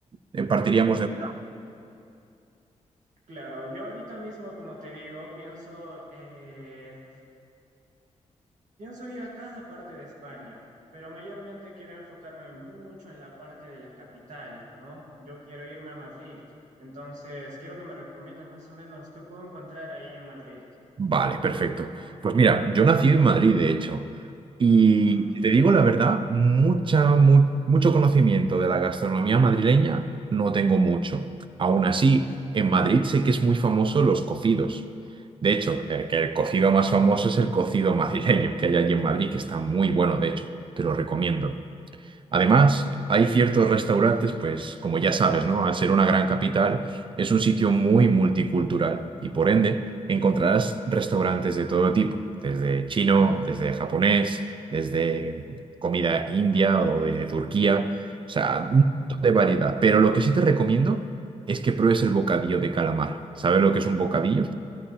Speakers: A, on the right; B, on the right.
A: eh, partiríamos
B: Mira,
A: de...
B: claro, yo ahorita mismo, como te digo, pienso eh, Pienso ir a cada parte de España, pero mayormente quiero enfocarme mucho en la parte de la capital, ¿no? Yo quiero irme a Madrid, entonces quiero que me recomiendes más o menos qué puedo encontrar ahí en Madrid. <laughs>
A: Vale, perfecto. Pues mira, yo nací en Madrid, de hecho, y
B: Ajá.
A: si te digo la verdad, mucha, mu- mucho conocimiento de la gastronomía madrileña no tengo mucho. Aún así, en Madrid sé que es muy famoso los cocidos. De hecho, eh, que el cocido más famoso es el cocido madrileño que hay allí en Madrid, que está muy bueno, de hecho, te lo recomiendo. Además, hay ciertos restaurantes, pues como ya sabes, ¿no? Al ser una gran capital, es un sitio muy multicultural y por ende encontrarás restaurantes de todo tipo, desde chino, desde japonés, desde comida india o de Turquía, o sea,
B: Ujú.
A: un montón de variedad. Pero lo que sí te recomiendo es que pruebes el bocadillo de calamar. ¿Sabes lo que es un bocadillo?